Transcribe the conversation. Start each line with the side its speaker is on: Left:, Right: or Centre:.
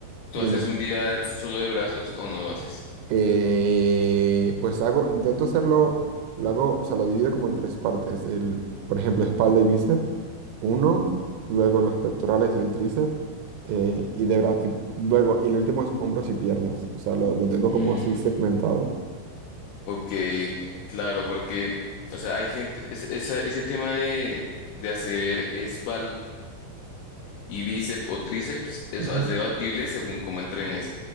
Left: ¿tú
Right: Dime.
Left: haces un día solo de brazos o no lo haces?
Right: eh, pues hago, intento hacerlo, lo hago, o sea, lo divido como en tres partes. El, por ejemplo, espalda y bíceps, uno, luego los pectorales y el tríceps, eh, y de bra- y luego, y el último es hombros y piernas. O sea, lo, lo tengo
Left: Mm,
Right: como así segmentado.
Left: ok, claro, porque, o sea, hay gente, es- esa- ese tema de, de hacer espalda. y bíceps o tríceps, eso
Right: Ujú.
Left: es debatible según cómo entrenes.